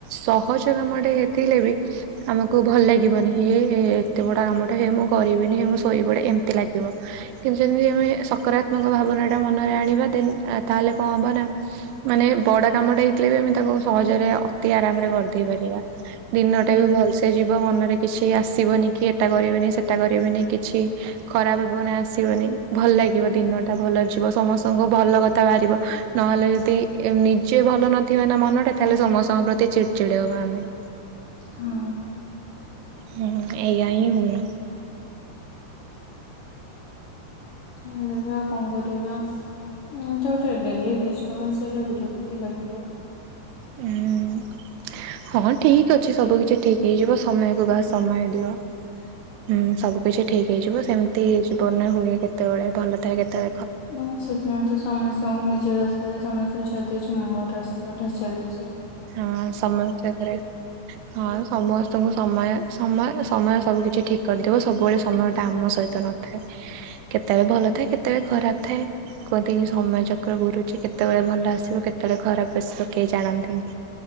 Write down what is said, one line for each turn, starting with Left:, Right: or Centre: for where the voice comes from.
Right: ସହଜ କାମଟେ ହେଇଥିଲେବି ଆମକୁ ଭଲ ଲାଗେ ଲାଗିବନି ହେ ଏତେ ବଡ଼ କାମଟେ ହେମୁଁ କରିବିନି ମୁଁ ଶୋଇପଡ଼େ ଏମତି ଲାଗିବ କିନ୍ତୁ ଯେମିତି ଆମେ ସକାରାତ୍ମକ ଭାବନାଟା ମନରେ ଆଣିବା ଦେନ୍ ତାହଲେ କଣ ହବନା ମାନେ ବଡ଼ କାମଟା ହେଇଥିଲେବି ଆମେ ତାକୁ ସହଜରେ ଅତି ଆରାମରେ କରିଦେଇ ପାରିବା। ଦିନଟାବି
Left: ହୁଁ
Right: ଭଲସେ ଯିବ ମନରେ କିଛି ଆସିବନି କିଏଟା କରିବିନି ସେଟା କରିବିନି କିଛି ଖରାପ ଭାବନା ଆସିବନି ଭଲ ଲାଗିବ ଦିନଟା ଭଲରେ ଯିବ ସମସ୍ତଙ୍କୁ ଭଲ କଥା ବାହାରିବ ନହେଲେ ଯଦି ନିଜେ ଭଲ ନଥିବନା ମନଟା ତାହେଲେ ସମସ୍ତଙ୍କ ପ୍ରତି ଚିଡ଼ିଚିଡ଼ି ହବା ଆମେ।
Left: ହଁ
Right: ହୁଁ ଏଇଆା ହିଁ ହୁଏ।
Left: ହେଲେଯେ ଆଉ କଣ କରିବା? ଉଁଏଟା ଗୋଟେ ଡେଲି ଡିଷ୍ଟ୍ରବାନ୍‌ସ ହେଲେ ବିରକ୍ତି ଲାଗିବ।
Right: ହୁଁ ହଁ ଠିକ୍ ଅଛି ସବୁ କିଛି ଠିକ୍ ହେଇଯିବ ସମୟକୁ ବାସ୍ ସମୟ ଦିଅ। ହୁଁ ସବୁ କିିଛି ଠିକ୍ ହେଇଯିବ ସେମିତି ଜୀବନରେ ହୁଏ କେତେବେଳେ ଭଲ ଥାଏ କେତେ
Left: ନାଁମୁଁ ସେତି ମୁଁତ ସମସ୍ତଙ୍କୁ ନିଜ ରାସ୍ତାରେ ସମସ୍ତଙ୍କୁ ଛାଡ଼ିଦେଇଚି ମୁଁ ମୋରାସ୍ତାରେ ଚାଲିଚି।
Right: ହଁ ସମସ୍ତେ ଘରେ ହଁ
Left: ବାସ୍
Right: ସମସ୍ତେ ତଙ୍କୁ ସମୟ ସମୟ ସମୟ ସବୁ କିଛି ଠିକ୍ କରିଦବ ସବୁବେଳେ ସମୟଟା ଆମ ସହିତ ନଥାଏ। କେତେବେଳେ ଭଲ ଥାଏ କେତେବେଳେ ଖରାପ୍ ଥାଏ। କୁହନ୍ତିକି ସମୟ ଚକ୍ର ଘୁରୁଚି କେତେବେଳେ ଭଲ ଆସିବ କେତେବେଳେ ଖରାପ ଆସିବ କେହି ଜାଣନ୍ତିନି।